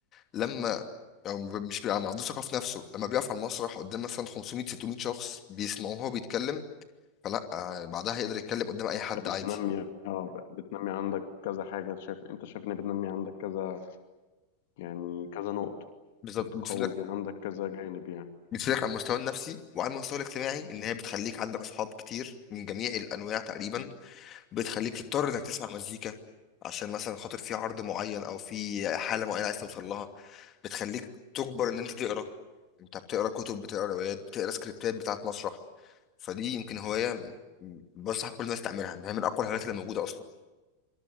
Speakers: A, on the left; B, on the left.
A: لما او ب- مش بيبقى ما عندوش ثقه في نفسه لما بيقف على المسرح قدام مثلا 500 600 شخص بيسمعوه وهو بيتكلم فلا آه، بعدها يقدر يتكلم قدام اي حد
B: بتنمي
A: عادي
B: اه بتنمي عندك كذا حاجة شايف انت شايف ان بتنمي عندك كذا يعني كذا نقطة
A: بالظبط
B: بتقوي
A: بتفيد
B: جا- عندك كذا جانب يعني
A: بتفيدك على المستوى النفسي وعلى المستوى الاجتماعي ان هي بتخليك عندك اصحاب كتير من جميع الانواع تقريبا
B: مم.
A: بتخليك تضطر انك تسمع مزيكا عشان مثلا خاطر في عرض معين او في حاله معينه عايز توصل لها بتخليك تجبر ان انت تقرا انت بتقرا كتب بتقرا روايات بتقرا سكريبتات بتاعت مسرح فدي يمكن هوايه م- بنصح كل الناس تعملها ان هي من اقوى الهوايات اللي موجوده اصلا